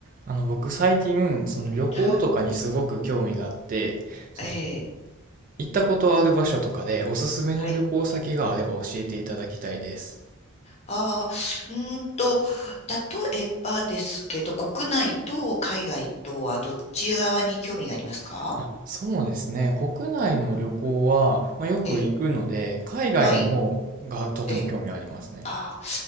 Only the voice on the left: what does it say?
はい。
ええ、
はい。ああ、うーんと、例えばですけど、国内と海外とはどっち側に興味がありますか
ええ、
はい。ええ、ああ、